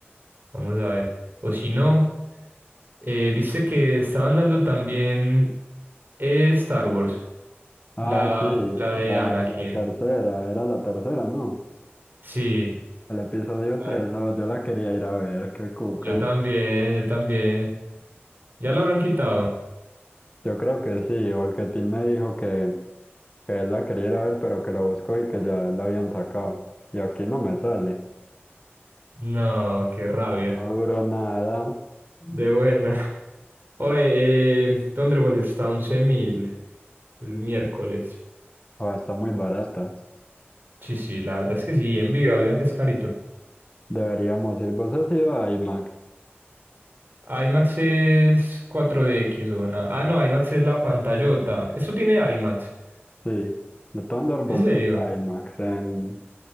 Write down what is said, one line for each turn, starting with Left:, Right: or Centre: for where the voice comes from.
Right: vamos a ver, o si no, eh, viste que estaban dando también eh, Star Wars,
Left: Ah,
Right: la,
Left: sí,
Right: la de
Left: la,
Right: Anakin.
Left: la tercera, era la tercera, ¿no?
Right: Sí,
Left: El episodio
Right: vale,
Left: 3, oh, yo la quería ir a ver, qué cuca.
Right: yo también, yo también, ya la habrán quitado.
Left: Yo creo que sí, porque Tim me dijo que, que él la quería ir a ver, pero que la buscó y que ya la habían sacado. Y aquí no me sale.
Right: No, qué rabia.
Left: No duró nada,
Right: De buena. Oye, eh, Thunderbolt está 11.000 el miércoles.
Left: o está muy barata.
Right: Sí, sí, la verdad es que sí, en vivo, viva que es carito.
Left: Deberíamos ir, vos has ido a IMAX,
Right: IMAX es cuatro D X o nada. Ah, no, IMAX es la pantallota. Eso tiene IMAX.
Left: sí. De Thunderbolts
Right: ¿En serio?
Left: sí, a IMAX en...